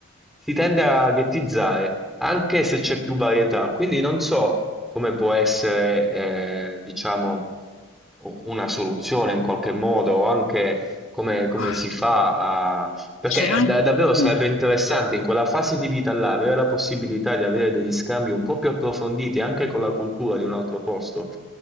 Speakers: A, in the centre; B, on the left (about 70°).
A: si tende a ghettizzare, anche se c'è più varietà. Quindi non so come può essere, eh, diciamo, una soluzione in qualche modo, o anche come, come
B: Ah,
A: si fa perché
B: C'è anche
A: da- davvero
B: mh,
A: sarebbe interessante in quella fase di vita là avere la possibilità di avere degli scambi un po' più approfonditi anche con la cultura di un altro posto.